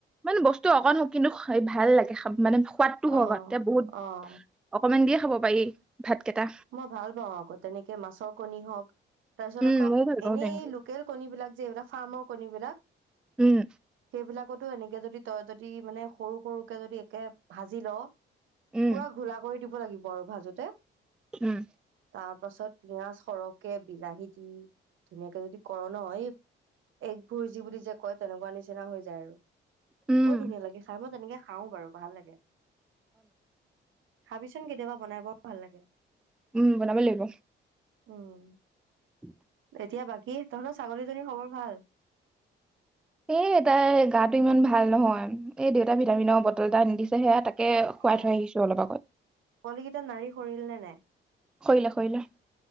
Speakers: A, in the centre; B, on the right.
A: মানে বস্তু অকণ কিন্তু ভাল লাগে খাম মানে সোৱাদটো হয়
B: অ
A: এতিয়া বহুত
B: অ
A: অকমান দিয়ে খাব পাৰি ভাতকেইটা
B: মই ভাল পাও আকৌ তেনেকে মাছৰ কণী হওক তাৰ পিছত
A: উম,
B: আকৌ
A: ময়ো ভাল পাওঁ
B: এনেই
A: তেনেকে
B: লোকেল কণী বিলাক যিবিলাক ফাৰ্ম কনী বিলাক
A: উম,
B: সেইবিলাকত টো এনেকে যদি তই যদি মানে সৰু সৰুকে যদি একে ভাজি লৱ
A: উম,
B: পুৰা ঘোলা কৰি দিব লাগিব বৰ ভাজোতে
A: উম
B: তাৰ পাছত পিয়াজ সৰহকে বিলাহী দি ধুনীয়াকে যদি কৰ নয় এগবোৰ যি বুলি যে কয় তেনেকুৱা নিচিনা হৈ যায় আৰু
A: উম,
B: বৰ ধুনীয়া লাগে খাই মই তেনেকে খাওঁ‌ বাৰু ভাল লাগে খাবিচোন কেতিয়াবা বনাই বৰ ভাল লাগে।
A: উম বনাব লাগিব।
B: উম
A: উম।
B: তেতিয়া বাকী তহতৰ ছাগলীজনী খবৰ ভাল।
A: এ তাই গাটো ইমান ভাল নহয় এ দেউতা ভি টামি বটল এটা
B: অ
A: নিদিছে সেয়া তাকে খোৱাই
B: অ
A: থৈ আহিছো অলপ আগত
B: পোৱালি কেইটা নাৰী সৰিল নে নাই
A: কৰিলা কৰিলা।